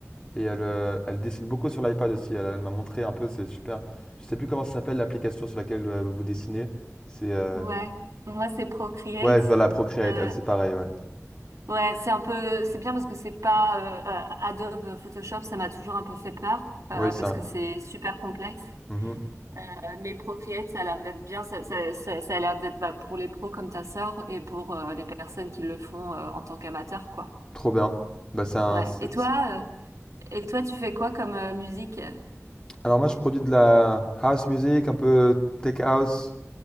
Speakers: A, on the left (about 15°); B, on the right (about 80°).
A: et elle, euh, elle dessine beaucoup sur l'iPad aussi. Elle, elle m'a montré un peu, c'est super. Je sais plus comment ça s'appelle l'application sur laquelle euh, vous dessinez. C'est euh,
B: Ouais, moi, c'est Procreate.
A: ouais, voilà, Procreate.
B: Euh,
A: Elle, c'est pareil, ouais.
B: Ouais, c'est un peu, c'est bien parce que c'est pas euh, euh, Adobe Photoshop, ça m'a toujours un peu fait peur
A: Ouais,
B: euh,
A: ça
B: parce que c'est super complexe.
A: Mhm.
B: Euh, mais Procreate, ça a l'air d'être bien, ça, ça, ça, ça a l'air d'être bah, pour les pros comme ta sœur et pour euh, les personnes qui le font euh, en tant qu'amateurs, quoi.
A: Trop bien. Bah, c'est un-
B: Ouais.
A: c'est-
B: Et toi, euh, et toi, tu fais quoi comme euh, musique?
A: Alors moi, je produis de la house music, un peu tech house,